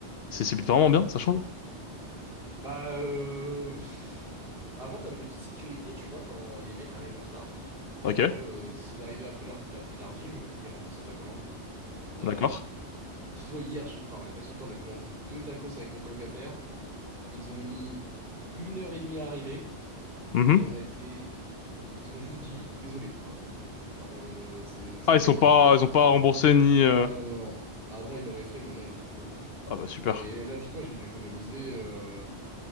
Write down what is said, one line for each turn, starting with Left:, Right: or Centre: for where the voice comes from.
Left: C'est c'est vraiment bien, ça change?
Right: Bah, euh, pff, avant, t'avais des petites sécurités, tu vois, quand les mecs arrivaient en retard. En
Left: Ok,
Right: fait, en gros, euh, s'ils arrivaient après l'heure la plus tardive, t'étais remboursé ta commande. Euh,
Left: d'accord.
Right: dis-toi, hier, je- enfin, il n'y a pas si longtemps, on a commandé deux tacos avec mon colocataire. Ils ont mis une heure et demie à arriver
Left: Mhm.
Right: et on a été. Ils ont juste dit désolé, voilà, c'est tout. Genre, euh, c'est- c'était
Left: Ah, ils sont pas,
Right: atroce.
Left: ils ont pas remboursé ni... euh,
Right: Ah non, non, non. Avant, ils l'auraient fait, maintenant, ils le font plus.
Left: Ah bah, super.
Right: Mais là, dis-toi, j'ai dû économiser euh,